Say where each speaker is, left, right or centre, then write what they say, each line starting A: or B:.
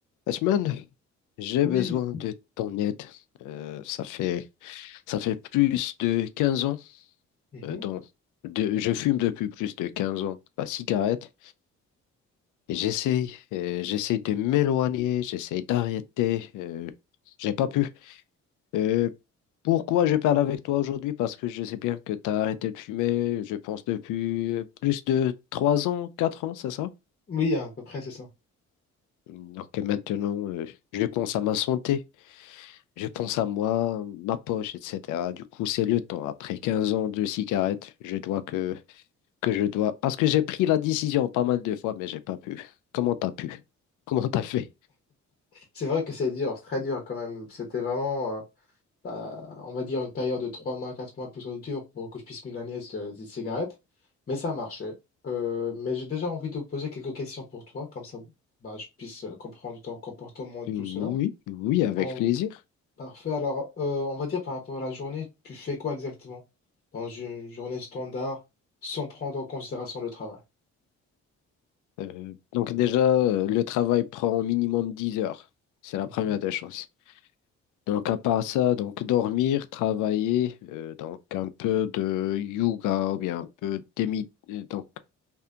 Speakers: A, on the left; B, on the left.
A: Ashman, j'ai
B: Oui,
A: besoin de ton aide. Euh, ça fait, ça fait plus de 15 ans.
B: Mhm.
A: euh, dans- de- je fume depuis plus de 15 ans la cigarette et j'essaie euh, j'essaye de m'éloigner, j'essaie d'arrêter. euh, j'ai pas pu. Euh, pourquoi je parle avec toi aujourd'hui? Parce que je sais bien que tu as arrêté de fumer, je pense, depuis euh, plus de 3 ans, 4 ans, c'est ça?
B: Oui, à peu près, c'est ça.
A: Donc maintenant, euh, je pense à ma santé. Je pense à moi, ma poche, etc. Du coup, c'est le temps. Après 15 ans de cigarettes, je dois que, que je dois. Parce que j'ai pris la décision pas mal de fois, mais j'ai pas pu. Comment t'as pu? <laughs> Comment t'as fait?
B: C'est vrai que c'est dur, c'est très dur quand même. C'était vraiment, euh, bah, on va dire, une période de 3 mois, 4 mois plutôt dure pour que je puisse me nièce de- des cigarettes. Mais ça a marché. Euh, mais j'ai déjà envie de poser quelques questions pour toi, comme ça, bah, je puisse euh, comprendre ton comportement et
A: Oui,
B: tout cela.
A: oui, avec
B: En...
A: plaisir.
B: Parfait. Alors, euh, on va dire par rapport à la journée, tu fais quoi exactement dans une journée standard sans prendre en considération le travail?
A: Euh, donc déjà, euh, le travail prend au minimum 10 heures. C'est la
B: Mhm.
A: première des choses. Donc à part ça, donc dormir, travailler, euh, donc un peu de yoga ou bien un peu d'émi- euh, donc